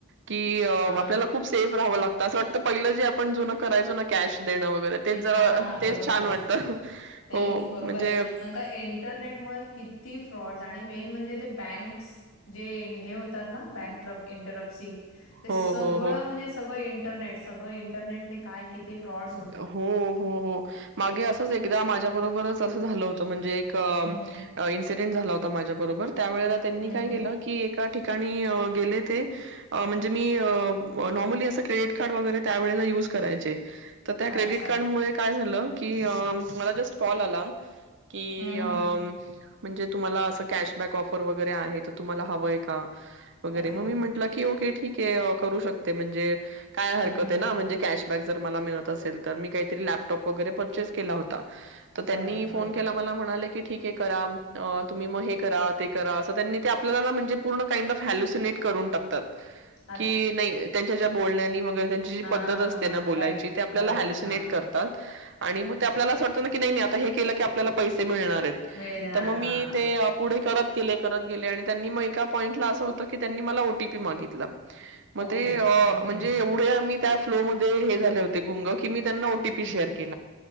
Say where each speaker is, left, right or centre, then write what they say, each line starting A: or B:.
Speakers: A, on the right; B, on the left.
A: की
B: हा
A: आपल्याला खूप सेफ राहावं लागतं असं वाटत पहिलं जे आपण जुन करायचो ना कॅश देण वगैरे तेच जरा
B: हा
A: तेच
B: बरोबर
A: छान वाटत
B: तेच
A: हो
B: बरोबर
A: म्हणजे
B: आहे कारण का इंटरनेटमुळे किती फ्रॉड्स आणि मेन म्हणजे ते बँक्स जे हे होतात ना बँक इंटरपसी
A: हो,
B: सगळं
A: हो, हो.
B: म्हणजे सगळं इंटरनेट सगळं इंटरनेटने काय किती फ्रॉड
A: हो, हो, हो मागे असंच एकदा माझ्या बरोबर असं झालं होतं एक
B: हम्म
A: इनसीडंट झाला होता माझ्याबरोबर त्यावेळेला त्यांनी
B: हम्म
A: काय
B: हम्म
A: केलं की एका ठिकाणी गेले ते म्हणजे मी नॉर्मली अस क्रिएट क्रेडिट कार्ड वगैरे असं त्यावेळेला युज करायचे तर त्या क्रेडिट
B: अच्छा
A: कार्ड मुळ काय झालं की मला जस्ट कॉल आला की
B: हं,
A: म्हणजे
B: हं.
A: तुम्हाला असं कॅशबॅक ऑफर वगैरे आहे तर तुम्हाला हवंय का वगैरे
B: ओके.
A: मग मी की ओके ठीके करू शकते म्हणजे काय हरकत
B: हं, हं.
A: आहे ना म्हणजे कॅशबॅक जर मला मिळत असेल तर मी काहीतरी लॅपटॉप वगैरे परचेस केला होता तर त्यांनी
B: बरं, बरं.
A: फोन केला मला म्हणाले ठीक आहे करा तुम्ही मग हे करा ते करा असं त्यांनी ते आपल्याला म्हणजे पूर्ण कांड ऑफ हॅल्युसिनेट करून टाकतात
B: अच् <unintelligible>
A: कि नाही त्यांच्या ज्या बोलण्यानी वगैरे त्यांची जी
B: हां,
A: पद्धत असते
B: हां.
A: ना बोलायची
B: राइट.
A: आपल्याला
B: बरोबर.
A: हलिसिनेट
B: हां.
A: आणि ते आपल्याला असं वाटतं की नाही नाही आता हे कल की आपल्या त्याला पैसे मिळणार आहेत
B: मिळणार.
A: मग मी
B: हां.
A: ते. पुढे करत गेले करत गेले आणि त्यांनी मग एका पॉईंटला असं होतं की त्यांनी मला ओटीपी मागितला मग
B: ओके.
A: ते
B: हं, हं.
A: म्हणजे एवढे मी त्या फ्लो मध्ये हे झाले होते गुंग की मी त्यांना ओटीपी
B: हं.
A: शेअर के